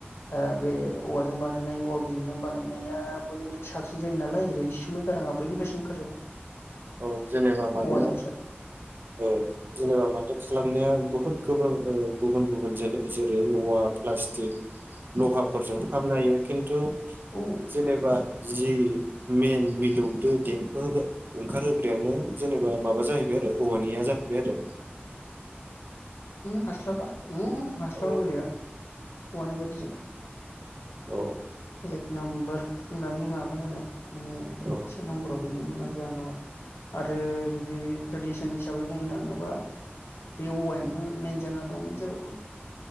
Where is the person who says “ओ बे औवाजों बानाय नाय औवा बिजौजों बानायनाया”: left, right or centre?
Left